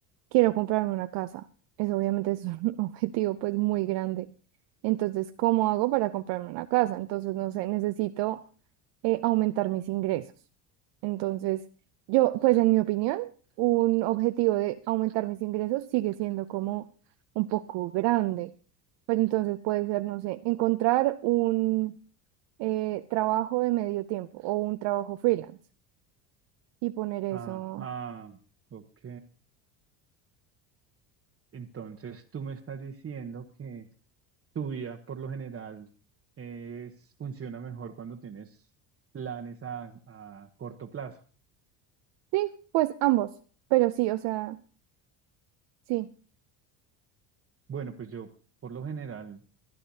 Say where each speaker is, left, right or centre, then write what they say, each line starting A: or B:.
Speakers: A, on the right; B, on the right.
A: quiero comprarme una casa. Eso obviamente es un <laughs> objetivo pues muy grande. Entonces, ¿cómo hago para comprarme una casa? Entonces, no sé, necesito eh, aumentar mis ingresos. Entonces, yo, pues en mi opinión, un objetivo de aumentar mis ingresos sigue siendo como un poco grande. Pero entonces puede ser, no sé, encontrar un eh, trabajo de medio tiempo o un trabajo freelance y poner eso.
B: Ajá, ok. Entonces tú me estás diciendo que tu vida por lo general es, funciona mejor cuando tienes planes a, a corto plazo.
A: Sí, pues ambos. Pero sí, o sea, sí.
B: Bueno, pues yo por lo general